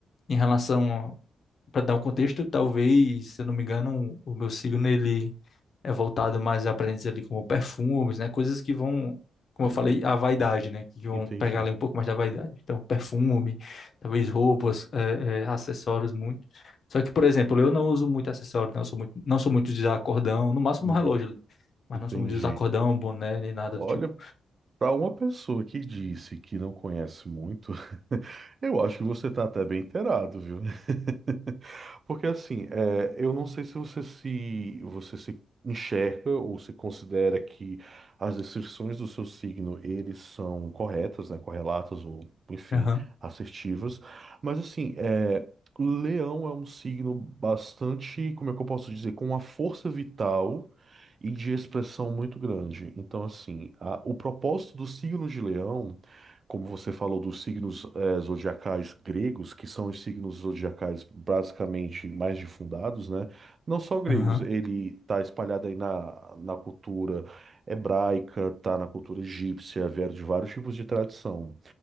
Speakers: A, on the left; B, on the right.
A: em relação para dar um contexto, talvez, se eu não me engano, o meu signo ele é voltado mais a presentes ali como perfumes, né? Coisas que vão, como
B: Uhum.
A: eu falei, a vaidade, né? Que vão
B: Entendi.
A: pegar ali um pouco mais da vaidade. Então, perfume, talvez roupas, é, é, acessórios muito. Só que, por exemplo, eu não uso muito acessório, não sou muito, não sou muito de usar cordão, no máximo
B: Uhum.
A: um relógio ali, mas
B: Entendi.
A: não sou muito de usar cordão, boné, nem nada
B: Olha,
A: do tipo.
B: para uma pessoa que disse que não conhece muito, <laughs> eu acho que você está até bem inteirado, viu? <laughs> Porque assim, é, eu não sei se você se você se enxerga ou se considera que as descrições do seu signo eles são corretas, né? Correlatas ou enfim,
A: Aham,
B: assertivas. Mas assim, é, Leão é um signo bastante, como é que eu posso dizer, com uma força vital e de expressão muito grande. Então, assim, a- o propósito do signo de Leão, como você falou dos signos eh, zodiacais gregos, que são os signos zodiacais basicamente mais difundados, né? Não só gregos,
A: aham,
B: ele está espalhado aí na, na cultura hebraica, tá na cultura egípcia, vieram de vários tipos de tradição.